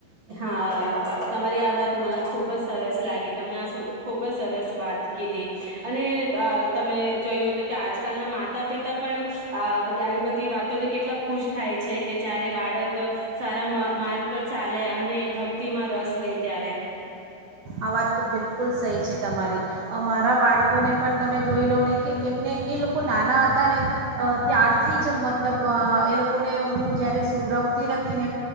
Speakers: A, on the right; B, on the right.
A: હા તમારી વાત મ ખુબ જ સરસ લાગી તમે આ ખુબ જ સરસ વાત કીધી, અને અ તમે જોયું તો કે આજકાલના માતા પિતા પણ, અ આવી બધી વાતોથી કેટલા ખુશ થાય છે કે જયારે બાળક, સારા મા માર્ગ પર ચાલે અને એ ભક્તિ માં રસ લે ત્યારે.
B: આ વાત તો બિલકુલ સહી છે. તમારી, અમારા બાળકોને પણ તમે જોઈ લો ને કે એમને એ લોકો નાના હતા ને ત્યારથી જ મતલબ એ લોકોને હું જ્યારે સુવડાવતી હતી ને,